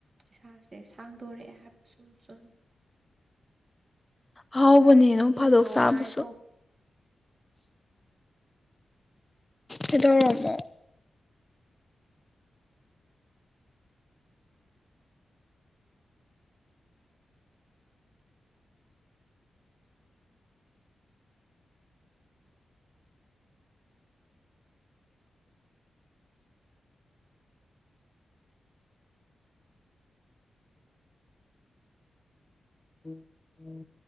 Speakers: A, on the right; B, on the left.
A: ꯏꯁꯥꯁꯦ ꯁꯥꯡꯗꯣꯔꯛꯑꯦ ꯍꯥꯏꯕ ꯁꯨꯝ ꯁꯨꯝ
B: ꯍꯥꯎꯕꯅꯦꯅꯣ
A: ꯀꯔꯤꯒꯤꯅꯣ
B: ꯐꯥꯗꯣꯛ ꯆꯥꯕꯁꯨ
A: ꯉꯥꯏꯈꯣ
B: ꯍꯗꯄ ꯎꯝ ꯎꯝ